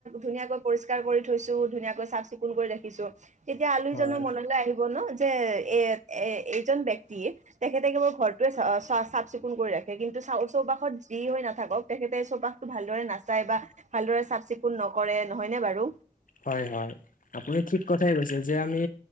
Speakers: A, on the right; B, on the left.
A: ধুনীয়াকৈ পৰিষ্কাৰ কৰি থৈছো ধুনীয়াকৈ চাফ চিকুণ কৰি ৰাখিছো তেতিয়া আলহীজনৰ
B: হয়
A: মনলৈ আহিব ন যে এ এ এইজন ব্যক্তি তেখেতে কেৱল ঘৰটোৱে চ চাফ চিকুণ কৰি ৰাখে কিন্তু চৌপাশত যি হৈ নাথাকক তেখেতে চৌপাশটো ভালদৰে নাচাই বা ভালদৰে চাফ চিকুণ নকৰে নহয়নে বাৰু
B: হয় হয় আপুনি ঠিক কথাই কৈছে যে আমি